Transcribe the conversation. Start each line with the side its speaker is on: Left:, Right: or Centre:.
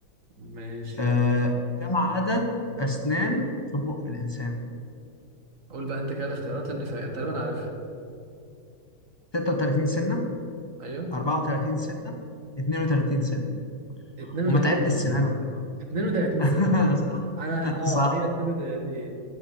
Right: ماشي
Left: آه
Right: يلا
Left: كم عدد أسنان في بق الإنسان
Right: قول بقى انت كده الاختيارات لان فا- انت تقريبا عارفها
Left: 36 سنة
Right: ايوه
Left: 34 سنة 32 سنة
Right: 32
Left: وما تعدش
Right: سنة
Left: سنانك
Right: 32
Left: <laughs>
Right: سنة
Left: صح
Right: انا اه
Left: صح
Right: هي التلاتة دي